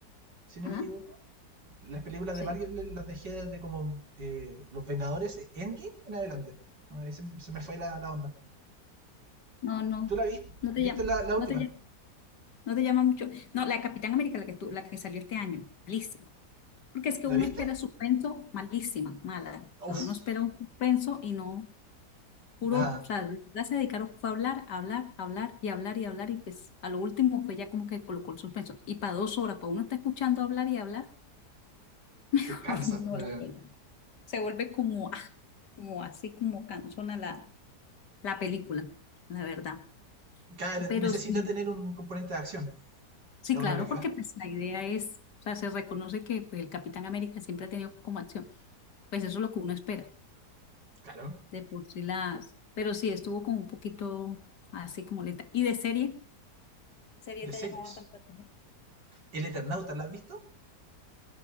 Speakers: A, on the right; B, on the left.
A: si no
B: Ajá,
A: me equivoco. Las películas
B: sí.
A: de Marvel las dejé desde como eh, Los Vengadores eh, Endgame en adelante. Ah, Ahí se, se me fue la, la onda.
B: No, no,
A: ¿Tú la viste?
B: no te
A: ¿Viste
B: llama,
A: la, la última?
B: no te llama, no te llama mucho. No, la de Capitán América, la que, tú- la que salió este año, malísima. Porque es que
A: ¿La
B: uno
A: viste?
B: espera suspenso, malísima, mala.
A: Uf,
B: O sea, uno espera un suspenso y no. Puro,
A: nada,
B: o sea, de verdad se dedicaron fue a hablar, a hablar, a hablar y hablar y hablar y pues a lo último fue ya como que colocó el suspenso. Y para dos horas, para uno está escuchando hablar y hablar, <laughs>
A: te cansa.
B: no
A: Eh,
B: la pela. Se vuelve como, ah, como así como cansona la, la película, la verdad.
A: Claro, necesita
B: Pero sí,
A: tener un componente de acción.
B: sí,
A: Y a uno
B: claro,
A: a lo que
B: porque
A: va.
B: pues la idea es, o sea, se reconoce que pues el Capitán América siempre ha tenido como acción, pues eso es lo que uno espera,
A: Claro,
B: de por sí las, pero sí, estuvo como un poquito así como lenta. ¿Y de serie? ¿Qué serie
A: de
B: te
A: series.
B: ha llamado bastante la atención?
A: ¿El Eternauta la has visto?